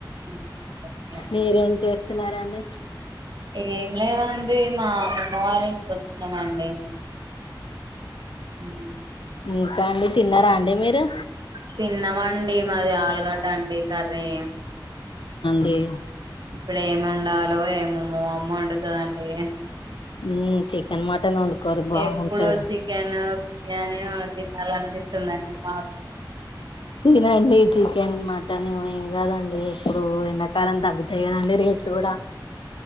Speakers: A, on the right; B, on the left.
A: హ్మ్. ఓకే అండి.
B: మీరేం చేస్త తిన్నారండి
A: ఏం లేదండి మా అమ్మమ్మ వాళ్ళ ఇంటికి వచ్చినామండి ఉ
B: ఇంకా అండి తిన్నారా అండి మీరు
A: తిన్నమండి మాది ఆలుగడ్డ అండి కర్రీ
B: దే
A: ఇప్పుడు ఎం వండాలో ఏమో మా అమ్మ వండుతాదండి
B: ఉమ్, చికెన్ మటన్ వండుకోరు బాగుంటది
A: ఎప్పుడు చికెన్ను బిర్యానీలు తినాలంటే పిస్తుంది అండి మాకు
B: తినండి చికెన్ మటన్ ఏం కాదండి ఇప్పుడు ఎండాకాలం తగ్గుతాయి కదండి రే చూడా